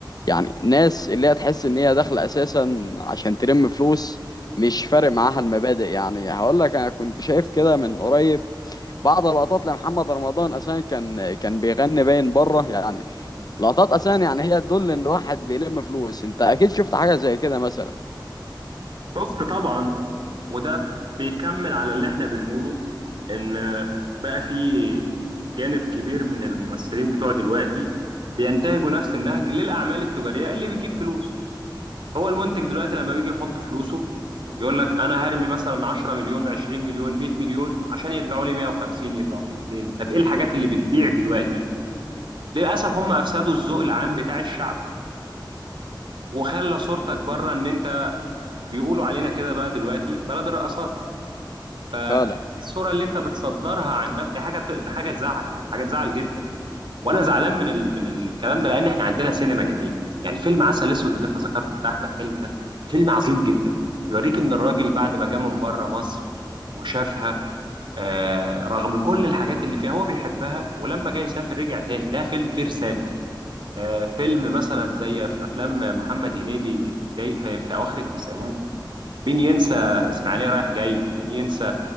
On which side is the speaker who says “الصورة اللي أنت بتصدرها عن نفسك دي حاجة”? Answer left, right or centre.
Right